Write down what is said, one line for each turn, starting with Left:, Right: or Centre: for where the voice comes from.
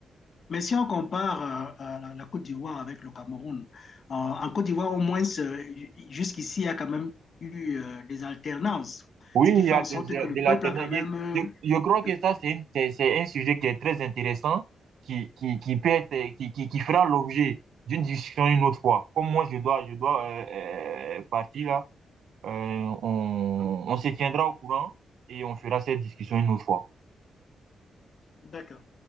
Left: Mais si on compare euh, euh, la, la Côte d'Ivoire avec le Cameroun, euh, en Côte d'Ivoire, au moins, euh, jusqu'ici, il y a quand même eu euh, des alternances,
Right: Oui,
Left: ce qui
Right: il y
Left: fait
Right: a
Left: en
Right: des,
Left: sorte
Right: de
Left: que le
Right: l'alternance.
Left: peuple a quand même...
Right: Il y a-
Left: euh,
Right: Je, je crois que
Left: le-
Right: ça, c'est une- c'est c'est un sujet qui est très intéressant, qui, qui, qui peut être, euh, qui, qui, qui fera l'objet d'une discussion une autre fois. Comme moi, je dois, je dois euh, euh, partir là. Euh, on, on se tiendra au courant et on fera cette discussion une autre fois.
Left: D'accord.